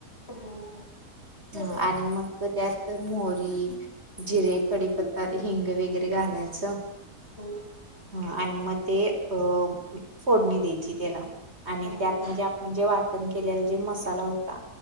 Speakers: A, on the left; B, on the right.
A: हम्म हम्म
B: ह आणि मग त्यात मोहरी. जिरे, कडीपत्ता, हिंग वैगेरे घालायचं.
A: हम.
B: हा आणि म ते अ फोडणी द्यायची तेला आणि
A: हम्म हम्म
B: त्यात म्हणजे आप म्हणजे वाटण केलेला जे मसाला होता.